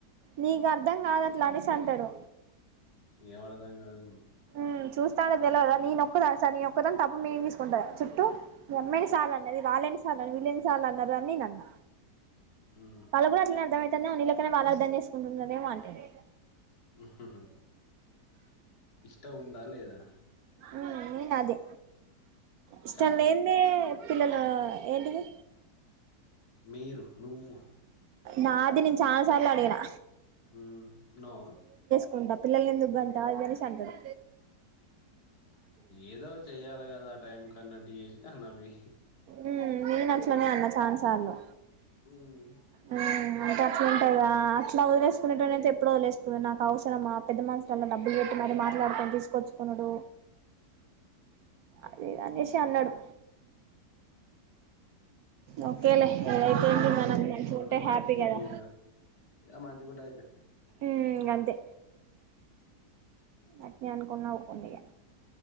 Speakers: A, on the right; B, on the left.
A: నీకు అర్ధం కాదట్లా అనేసి అంటాడు
B: ఏం అర్థం కాదు ఇప్పుడు
A: ఉమ్ చూస్తుంటే తెలవదా నీనొక్కదా స నీక్కదని తప్పమేం తీసుకుంటా చుట్టూ మీ అమ్మ ఎన్ని సార్లు అన్నది వాళ్ళు ఎన్ని సార్లు వీళ్ళు ఎన్ని సార్లు అన్నారు అని నేను అన్న
B: ఉమ్
A: వాళ్ళకు కూడా అట్లనే అర్థమయితుందేమో వీళ్ళ లెక్కనే వాళ్ళు అర్థం చేసుకుంటున్న రేమో అంటుంది
B: ఉహుహు ఇష్టం ఉందా లేదా
A: ఉమ్ నేను అదే ఇష్టం
B: కాదు
A: లేనిదే పిల్లల ఏంటిది
B: మీరు నువ్వు
A: నాది నేను చానా సార్లు అడిగినా
B: ఉమ్ తిన్నావా
A: కుంట పిల్లలను ఎందుగంట అనేసి అంటారు
B: ఏదో చెయ్యాలి కదా ఆ టైం కన్నట్టు చేసిన అన్నది
A: ఉమ్ నేను అట్లనే అన్న చానా సార్లు
B: ఉమ్
A: ఉమ్ అంటే అట్లా ఉంటాదా అట్లా వదిలేసుకున్నటోన్ని అయితే ఎప్పుడు వదిలేసుకునే నాకు అవసరమా పెద్ద మ డబ్బులు పెట్టి మరి మాట్లాడుకొని తీసుకొచ్చుకునుడు అదే అనేసి అన్నాడు ఓకేలే ఏదైతే ఏంటి
B: ఏమో
A: మనం
B: లోపల
A: మంచిగ
B: ఒకటి
A: ఉంటే
B: బయటకోటి
A: హ్యాపీ కదా
B: ఇగ మంచిగుంటే అయిపాయ్
A: ఉమ్ అంతే అట్నే అనుకున్నావు కొండి ఇగ